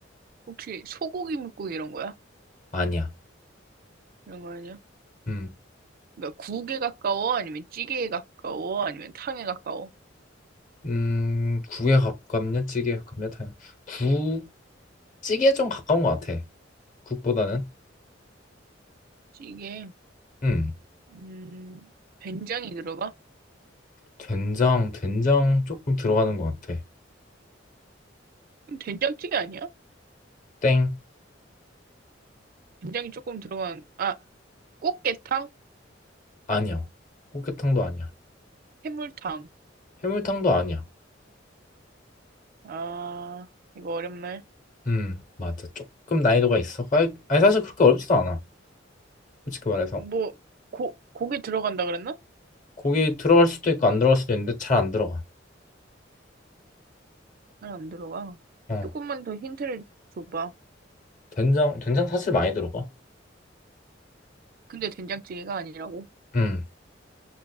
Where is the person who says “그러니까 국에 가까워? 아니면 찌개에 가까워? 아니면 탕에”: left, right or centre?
Right